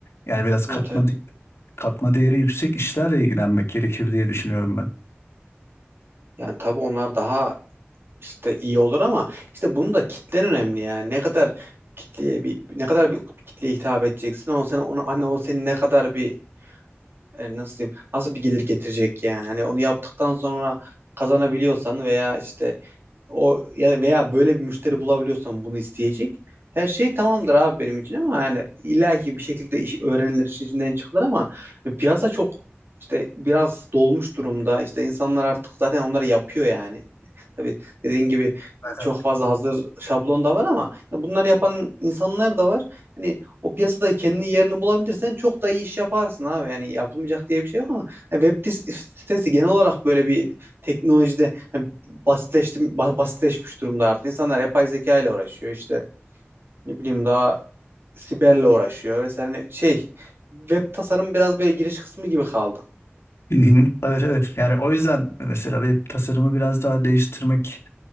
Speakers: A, on the left; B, on the right.
A: Yani biraz katma
B: Evet evet.
A: de- katma değeri yüksek işlerle ilgilenmek gerekir diye düşünüyorum ben.
B: Yani tabii onlar daha işte iyi olur ama işte bunun da kitlen önemli yani. Ne kadar kitleye bir ne kadar bir kitleye hitap edeceksin ama sen ona hani o senin ne kadar bir e, nasıl diyeyim nasıl bir gelir getirecek yani hani onu yaptıktan sonra kazanabiliyorsan veya işte o ya veya böyle bir müşteri bulabiliyorsan bunu isteyecek her şey tamamdır abi benim için ama yani illaki bir şekilde iş öğrenilir işin içinden çıkılır ama piyasa çok işte biraz dolmuş durumda işte insanlar artık zaten onları yapıyor yani Tabii dediğin gibi
A: Evet
B: çok
A: evet.
B: fazla hazır şablon da var ama ya bunları yapan insanlar da var. Hani o piyasada kendi yerini bulabilirsen çok da iyi iş yaparsın abi. Yani yapılmayacak diye bir şey yok ama hani web tis- sitesi genel olarak böyle bir teknolojide hani basitleşti, ba- basitleşmiş durumda artık. İnsanlar yapay zeka ile uğraşıyor işte ne bileyim daha siberle uğraşıyor vesaire. Hani şey web tasarım biraz böyle giriş kısmı gibi kaldı.
A: Hı hı. Evet, evet. Yani o yüzden mesela web tasarımı biraz daha değiştirmek